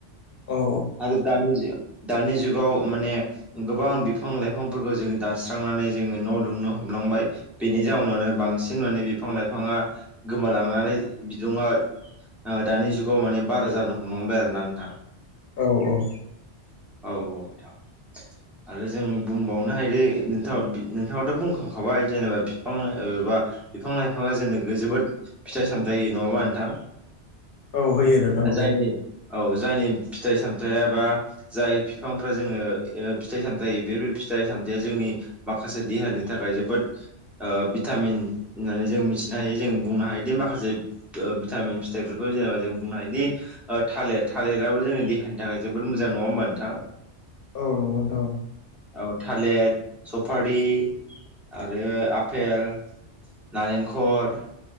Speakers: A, on the left; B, in the centre.
A: औ
B: आरो दानि जे दानि जुगाव माने गोबां बिफां लाइफांफोरखौ जोङो दानस्रांनानै जोङो न' लुनो हमो। हमलांबाय बेनि जाउनावनो बांसिन माने बिफां लाइफाङा गोमालांनानै बिदुङा दानि जुगाव माने बारा जानो हमलांबाय आरो ना नोंथाङा।
A: औ औ
B: औ औ नोंथां आरो जों बुंबावनो हायोदोंथ नोंथाङाथ' बुंखांखाबाय जेनेबा बिफां औ बा बिफां लाइफाङा जोंनो जोबोद फिथाइ सामथाय होयो नङाबा नोंथां
A: औ होयो नोंथां
B: जायनि
A: नंगौ
B: औ जायनि फिथाइ सामथायाइ बा जाय बिफांफ्रा जोङो फिथाइ सामथाय बेफोर फिथाइ सामथाय जों नि माखासे देहानि थाखाय जोबोद भिटामिन होननानै जों मिथिनो हायो जों बुं हायोदि माखासे फिथायफोरखौ जेनेबा जों बुंनो हायोदि थालिर थालिर दाबो जोंनि देहानि थाखाय जोबोर मोजां नङा होमबा नोंथां?
A: औ नंगौ नोंथां
B: औ थालिर सफारि आरो आपेल नारेंखर